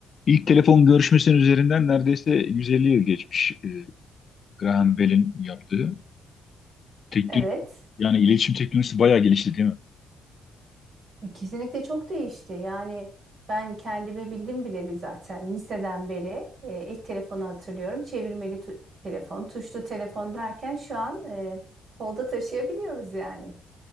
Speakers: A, on the left; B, on the right.
A: İlk telefon görüşmesinin üzerinden neredeyse 150 yıl geçmiş e, Graham Bell'in yaptığı. Teknoloji,
B: Evet,
A: yani iletişim teknolojisi bayağı gelişti değil mi?
B: E, kesinlikle çok değişti. Yani ben kendimi bildim bileli zaten liseden beri e, ilk telefonu hatırlıyorum. Çevirmeli tu- telefon, tuşlu telefon derken şu an e, kolda taşıyabiliyoruz yani.